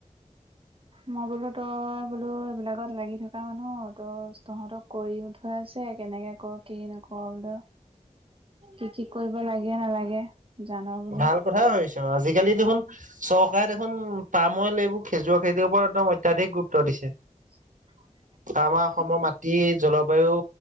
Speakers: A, on the right; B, on the right.
A: মই বোলো তই বোলো এইবিলাকত লাগি থকা মানুহ তোৰ তহঁতক কৰিও থৈ আছে কেনেকে ক কি নক বোলো কি কি কৰিব লাগে নালাগে জান বোলো।
B: ভাল কথাই ভাবিছ আজিকালি দেখোন চৰকাৰে দেখোন পামঅইল এইবোৰ খেজুৰ খেতিৰ ওপৰত একদম অত্যাধিক গুৰুত্ব দিছে।
A: <unintelligible>
B: আমাৰ অসমৰ মাটি জলবায়ু